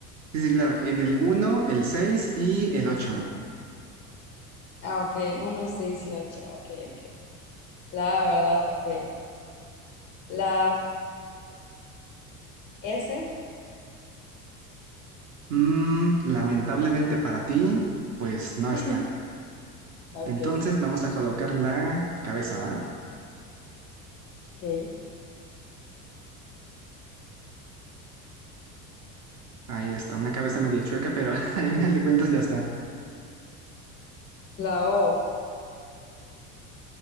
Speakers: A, on the right; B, on the left.
A: Sí, sí, claro. En el uno el 6 y el ocho
B: Ah, ok, uno 6 y ocho, Ok, ok. La verdad, ok. La S.
A: Mm, lamentablemente para ti, pues no está.
B: <laughs> Ok,
A: Entonces vamos a colocar la cabeza, ¿va?
B: ok.
A: Ahí está, una cabeza medio chueca, pero <laughs> al final de cuentas ya está.
B: La O.